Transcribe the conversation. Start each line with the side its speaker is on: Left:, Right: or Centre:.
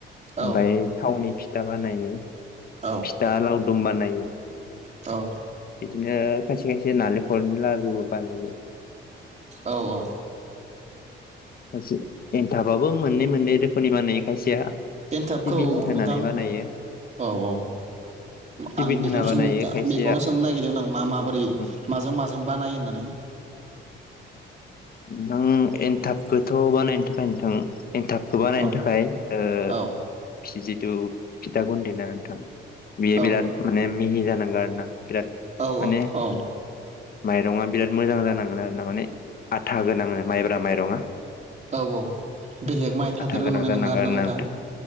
Right: औ
Left: ओमफ्राय थावनि फिथा बानायो
Right: औ
Left: फिथा लावदुम बानायो
Right: औ
Left: बिदिनो खायसे खायसे नालेंखलनि लारु बानायो
Right: औ औ
Left: खायसे एन्थाबाबो मोननै मोननै रोखोमनि बानायो खायसेया
Right: एन्थाबखौ
Left: सिबिन होनानै
Right: नोंथां
Left: बानायो
Right: औ औ
Left: सिबिन
Right: आं बेखौनो
Left: होना बानायो
Right: सों
Left: खायसेया
Right: बेखौनो सोंनो नागिरदोंमोन आं मा माबोरै
Left: उम
Right: माजों माजों बानायो होननानै
Left: नोंथां एन्थाबखौथ बानायनो थाखाय नोंथां एन्थाबखौ बानायनो
Right: औ
Left: थाखाय ओ
Right: औ
Left: जिथु फिथा गनन्दै ना नोंथां बियो
Right: औ
Left: बिराद माने मिहि जानांगो आरोना बिराद
Right: औ
Left: माने
Right: औ औ
Left: माइरङा बिराद मोजां जानांगोन आरोना माने आथा गोनां माइब्रा माइरङा
Right: औ औ बेलेग माइ थादेरनो
Left: आथा गोनां
Right: मोननाय
Left: जानांगौ
Right: नङा आरोना
Left: आरो ना
Right: नोंथां